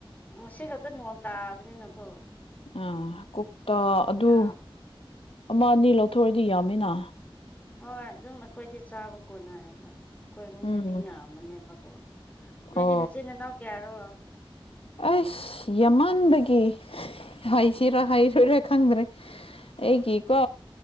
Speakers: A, on the left (about 15°); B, on the left (about 80°).
A: ꯉꯁꯤ ꯈꯛꯇ ꯅꯣꯡ ꯇꯥꯕꯅꯤꯅꯀꯣ
B: ꯎꯝ ꯀꯣꯛꯇꯥ ꯑꯗꯨ
A: ꯌꯥꯝ
B: ꯑꯃ ꯑꯅꯤ ꯂꯧꯊꯣꯛꯑꯗꯤ ꯌꯥꯝꯃꯤꯅ
A: ꯍꯣꯏ ꯑꯗꯨꯝ ꯑꯩꯈꯣꯏꯗꯤ ꯆꯥꯕ ꯀꯣꯟꯅꯌꯦꯕ ꯑꯩꯈꯣꯏ ꯏꯃꯨꯡꯗ
B: ꯎꯝ
A: ꯃꯤ ꯌꯥꯝꯕꯅꯦꯕꯀꯣ ꯅꯣꯏꯗꯤ
B: ꯑꯣ
A: ꯅꯆꯤꯟ ꯅꯥꯅꯥꯎ ꯀꯌꯥꯔꯣ
B: ꯑꯁ ꯌꯥꯝꯃꯥꯟꯕꯒꯤ ꯍꯥꯏꯁꯤꯔꯥ ꯍꯩꯔꯣꯏꯔꯥ ꯈꯪꯗ꯭ꯔꯦ ꯑꯩꯒꯤ ꯀꯣ